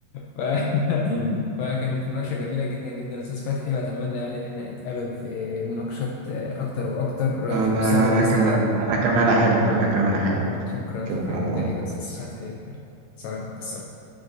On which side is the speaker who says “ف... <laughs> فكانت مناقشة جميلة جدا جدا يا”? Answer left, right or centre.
Left